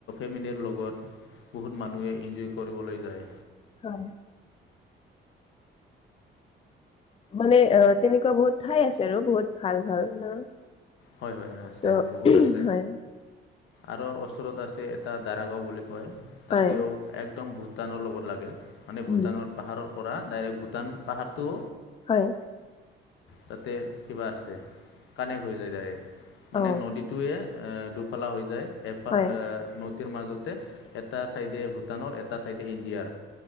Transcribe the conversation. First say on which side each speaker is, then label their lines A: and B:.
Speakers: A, on the left; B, on the left.
A: ৰ লগত বহুত মানুহে ইনজয় কৰিবলৈ যায়।
B: হয়। মানে অ তেনেকুৱা বহুত ঠাই আছে আৰু বহুত ভাল ভাল ন।
A: হয় হয় আছে
B: ত
A: বহুত আছে,
B: হয়
A: আৰু ওচৰত আছে এটা দাৰাগাও বুলি। তাও
B: হয়
A: একদম ভূটানৰ লগত লাগে মানে ভূটানৰ
B: উম
A: পাহাৰৰ পৰা ডাইৰেক্ট ভূটান পাহাৰটো
B: হয়
A: তাতে কিবা আছে কানেক্ট হৈ যায় ডাইৰেক্ট
B: অ
A: মানে নদীটোৱে এ দুফালা হৈ যায় এফাল
B: হয়
A: এ নদ মাজতে এটা চাইডে ভূটানৰ এটা চাইডে ইণ্ডিয়াৰ